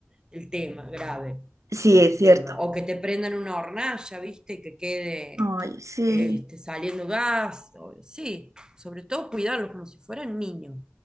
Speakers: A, on the right; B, on the right.
A: el tema grave
B: sí,
A: de este
B: es
A: tema,
B: cierto.
A: o que te prendan una hornalla, viste, y que quede
B: Ay, sí.
A: este, saliendo gas, o- sí, sobre todo cuidarlos como si fueran niños,